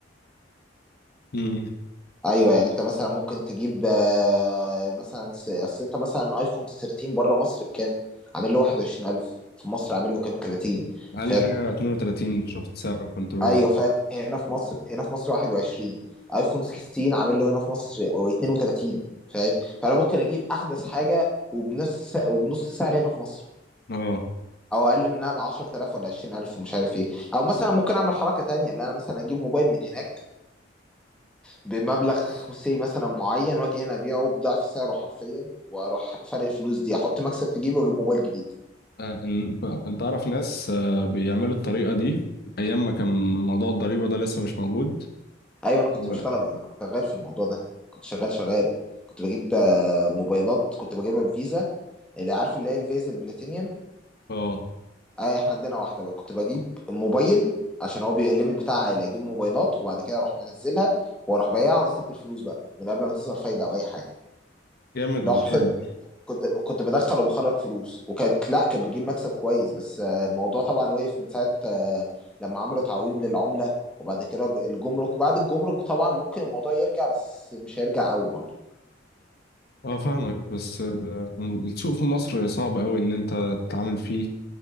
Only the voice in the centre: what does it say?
ايوه يعني انت مثلا ممكن تجيب آه، مثلا س- اصل انت مثلا ايفون 13 بره مصر بكام عامل له 21000 في مصر عامل له كام 30
فاهم
ايوه فاهم هنا في مصر هنا في مصر 21 ايفون 16 عامل له هنا في مصر 32 فاهم فانا ممكن اجيب احدث حاجه وبنفس وبنص السعر هنا في مصر
او اقل منها ب 10000 ولا 20000 ومش عارف ايه او مثلا ممكن اعمل حركه تانية اللي انا مثلا اجيب موبايل من هناك بمبلغ سي مثلا معين واجي هنا ابيعه بضعف سعره حرفيا واروح فرق الفلوس دي احط مكسب في جيبي واجيب موبايل جديد
ايوه انا كنت
بشتغل انا كنت شغال في الموضوع ده كنت شغال شغال كنت بجيب آه، موبايلات كنت بجيبها بفيزا اللي عارف اللي هي الفيزا البلاتينيوم
اه احنا عندنا واحده بقى كنت بجيب موبايل عشان هو بيبقى الليميت بتاعها عالي اجيب موبايلات وبعد كده اروح منزلها واروح بايعها واسد الفلوس بقى من قبل ما تظهر فايده او اي حاجه
لو
حرفيا كنت كنت بدخل وبخرج فلوس وكانت لا كانت بتجيب مكسب كويس بس آه، الموضوع طبعا وقف من ساعه آه، لما عملوا تعويم للعمله وبعد كده الجمرك بعد الجمرك طبعا ممكن الموضوع يرجع بس مش هيرجع قوي برضه